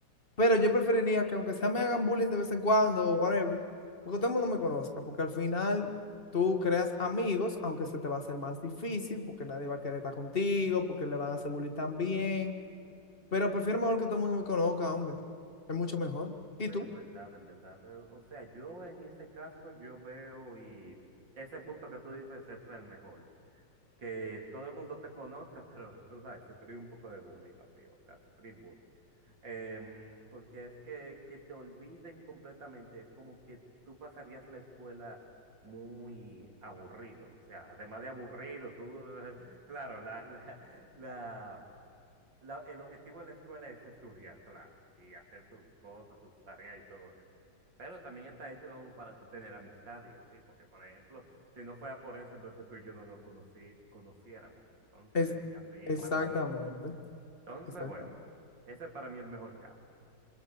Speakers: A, on the left; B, on the right.
A: Pero yo preferiría que aunque sea me hagan bullying de vez en cuando o whatever, porque todo el mundo me conozca, porque al final tú creas amigos, aunque se te va a hacer más difícil, porque nadie va a querer estar contigo, porque le van a hacer bullying también. Pero prefiero mejor que todo el mundo me conozca, hombre. Es mucho mejor. ¿Y
B: Sí,
A: tú?
B: en verdad, en verdad. eh, O sea, yo en ese caso, yo veo y ese punto que tú dices es el mejor, que todo el mundo te conozca, <laughs> pero tú sabes, sufrir un poco de bullying, así, o sea, sufrir bullying. Em, porque es que, que te olviden completamente, es como que tú pasarías la escuela muy aburrido, o sea, además de aburrido, tú, <laughs> claro, la, la, la- la- el objetivo de la escuela es estudiar, claro, y hacer sus cosas, tus tareas y todo eso. Pero también está hecho como para tú tener amistad y así, porque por ejemplo, si no fuera por eso, entonces tú y yo no nos conocí, conociéramos, entonces,
A: Es,
B: y así
A: exactamente,
B: más amigos. Entonces,
A: exactamente.
B: bueno, ese es para mí el mejor caso.